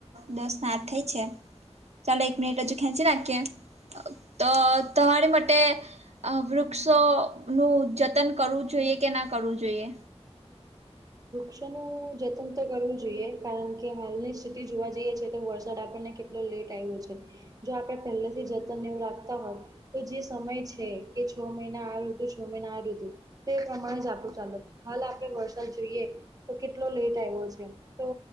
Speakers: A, on the right; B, on the right.
A: દસને આઠ થઈ છે. ચાલો એક મિનિટ હજુ ખેંચી નાખીએ, તો તમારી માટે વૃક્ષોનું જતન કરવું જોઈએ કે ના કરવું જોઈએ?
B: વૃક્ષોનું જતન તો કરવું જોઈએ, કારણ કે હાલની સ્થિતિ જોવા જઈએ છે તો વરસાદ આપણને કેટ લેટ આવ્યો છે. જો આપણે પહેલેથી જતન એવું રાખતા હોય તો જે સમય છે, કે છ મહિના આ ઋતુ, છ મહિના આ ઋતુ તે પ્રમાણે જ આખું ચાલે, હાલે આપણે વરસાદ જોઈએ તો કેટલો લેટ આવ્યો છે. તો